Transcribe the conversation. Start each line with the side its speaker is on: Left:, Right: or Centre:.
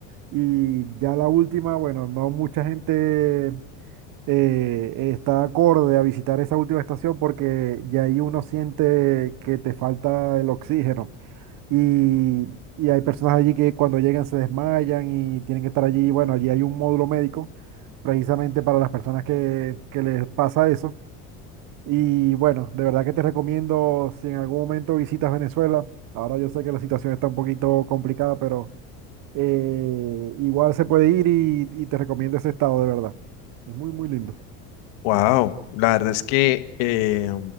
Right: Y ya la última, bueno, no mucha gente eh, está acorde a visitar esa última estación porque ya ahí uno siente que te falta el oxígeno. Y, y hay personas allí que cuando llegan se desmayan y tienen que estar allí. Bueno, allí hay un módulo médico precisamente para las personas que, que les pasa eso. Y bueno, de verdad que te recomiendo si en algún momento visitas Venezuela. Ahora yo sé que la situación está un poquito complicada, pero eh, igual se puede ir y, y te recomiendo ese estado, de verdad. Es muy, muy lindo.
Left: Wow, la verdad es que eh,